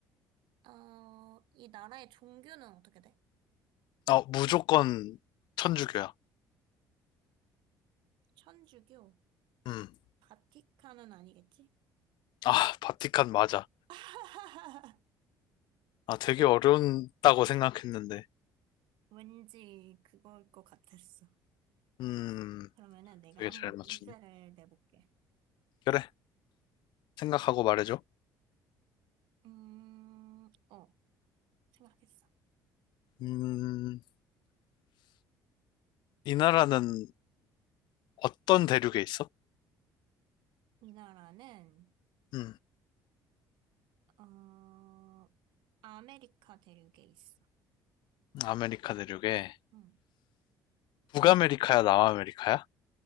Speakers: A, on the right; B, on the left.
A: 어, 이 나라의 종교는 어떻게 돼?
B: 아, 무조건 천주교야.
A: 천주교?
B: 음,
A: 바티칸은 아니겠지?
B: 아, 바티칸 맞아.
A: <laughs>
B: 아, 되게 어려운다고 생각했는데.
A: 왠지 그걸 것 같았어.
B: 음,
A: 그러면은 내가
B: 되게
A: 한번
B: 잘 맞추네.
A: 문제를 내볼게.
B: 그래, 생각하고 말해줘.
A: 음, 어, 생각했어.
B: 음, 이 나라는 어떤 대륙에 있어?
A: 이 나라는,
B: 음,
A: 어, 아메리카 대륙에 있어.
B: 아메리카 대륙에.
A: 응.
B: 북아메리카야, 남아메리카야?